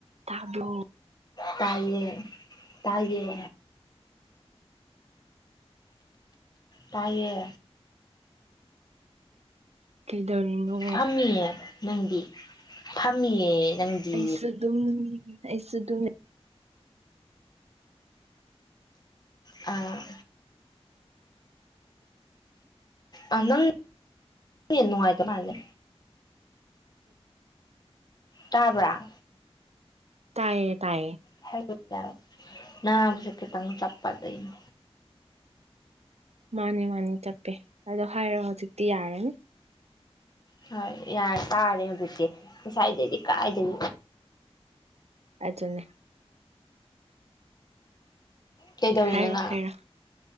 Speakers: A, on the right (about 80°); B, on the left (about 40°).
A: ꯇꯥꯕ꯭ꯔꯣ
B: ꯇꯥꯏꯌꯦ ꯇꯥꯏꯌꯦ ꯇꯥꯏꯌꯦ
A: ꯀꯩꯗꯧꯔꯤꯅꯣ
B: ꯐꯝꯃꯤꯌꯦ ꯅꯪꯗꯤ ꯐꯝꯃꯤꯌꯦ ꯅꯪꯗꯤ
A: ꯑꯩꯁꯨ ꯑꯗꯨꯝ ꯑꯩꯁꯨ ꯑꯗꯨꯝ
B: ꯑꯥ ꯑꯥ ꯅꯪ ꯅꯦꯠ ꯅꯨꯡꯉꯥꯏꯇ ꯃꯥꯂꯤꯅꯦ ꯇꯥꯕ꯭ꯔꯥ
A: ꯇꯥꯏꯌꯦ ꯇꯥꯏꯌꯦ
B: <unintelligible> ꯅꯥꯕꯨꯁꯦ ꯈꯤꯇꯪ ꯆꯞꯄ ꯑꯗꯨꯏꯅꯤ
A: ꯃꯥꯅꯤ ꯃꯥꯅꯤ ꯆꯞꯄꯦ ꯑꯗꯣ ꯍꯥꯏꯔꯣ ꯍꯧꯖꯤꯛꯇꯤ ꯌꯥꯔꯅꯤ
B: ꯍꯣꯏ ꯌꯥꯔꯦ ꯇꯥꯔꯦ ꯍꯧꯖꯤꯛꯇꯤ ꯉꯁꯥꯏꯗꯩꯗꯤ ꯀꯥꯏꯗꯒꯤ
A: ꯑꯆꯨꯅꯦ
B: ꯀꯩꯗꯧꯔꯤꯅꯣ
A: ꯍꯥꯏꯔꯣ
B: ꯅꯪ
A: ꯍꯥꯏꯔꯣ